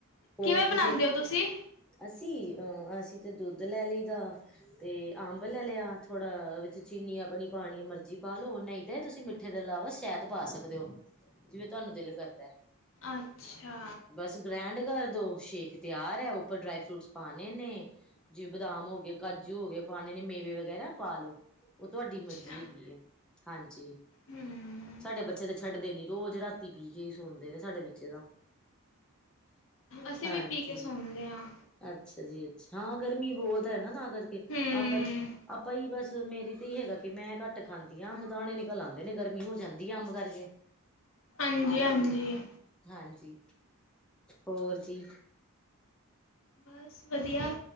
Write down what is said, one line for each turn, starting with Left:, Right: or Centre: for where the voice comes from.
Centre: ਹੋਰ
Left: ਕਿਵੇਂ ਬਣਾਉਂਦੇ
Centre: ਤੁਸੀਂ।
Left: ਹੋ ਤੁਸੀਂ?
Centre: ਅਸੀਂ ਅ ਅਸੀਂ ਤੇ ਦੁੱਧ ਲੈ ਲਈ ਦਾ। ਤੇ ਅੰਬ ਲੈ ਲਿਆ ਥੋੜਾ ਵਿੱਚ ਚੀਨੀ ਆਪਣੀ ਪਾਉਣੀ ਮਰਜ਼ੀ ਪਾ ਲਓ ਨਹੀਂ ਤਾਂ ਤੁਸੀਂ। ਮਿੱਠੇ ਦੇ ਇਲਾਵਾ ਸ਼ਹਿਦ ਪਾ ਸਕਦੇ ਹੋ। ਜਿਵੇਂ ਤੁਹਾਨੂੰ ਦਿਲ ਕਰਦਾ ਹੈ।
Left: ਅੱਛਾ।
Centre: ਬਸ ਗ੍ਰੈਂਡ ਕਰ ਦੋ ਸ਼ੇਕ ਤਿਆਰ ਹੈ। ਉੱਪਰ ਡਰਾਈ ਫਰੂਟਸ ਪਾਉਣੇ ਨੇ। ਜਿਵੇਂ ਬਦਾਮ ਹੋ ਗਏ, ਕਾਜੂ ਹੋ ਗਏ, ਪਾਉਣੇ ਨੇ ਮੇਵੇ ਵਗੈਰਾ ਪਾ ਲੋ। ਉਹ ਤੁਹਾਡੀ
Left: ਅੱਛਾ
Centre: ਮਰਜ਼ੀ ਹੈਗੀ ਹੈਗੀ ਏ ਹਾਂਜੀ।
Left: ਹੂੰ।
Centre: ਸਾਡੇ ਬੱਚੇ ਤਾਂ ਛੱਡਦੇ ਨੀ ਰੋਜ਼ ਰਾਤੀ ਪੀ ਕੇ ਸੌਦੇ ਨੇ ਸਾਡੇ ਬੱਚੇ ਤਾਂ।
Left: ਅਸੀਂ
Centre: ਹਾਂਜੀ
Left: ਵੀ ਪੀ ਕੇ ਸੁਣਦੇ ਆ
Centre: ਅੱਛਾ ਜੀ ਅੱਛਾ ਹਾਂ ਗਰਮੀ ਬਹੁਤ ਹੈ ਨਾ ਤਾਂ ਕਰਕੇ
Left: ਹੂੰ।
Centre: ਆਪਾਂ ਆਪਾਂ ਹੀ ਬਸ ਮੇਰੀ ਤੇ ਹੀ ਹੈਗਾ ਕਿ ਮੈਂ ਘੱਟ ਖਾਂਦੀ ਆ ਦਾਣੇ ਨ <unintelligible> ਲਾਂਦੇ ਨੇ ਗਰਮੀ ਹੋ ਜਾਂਦੀ ਆ ਅੰਬ ਕਰਕੇ
Left: ਹਾਂਜੀ ਹਾਂਜੀ
Centre: ਹਾਂਜੀ ਹੋਰ ਜੀ?
Left: ਬਸ ਵਧੀਆ।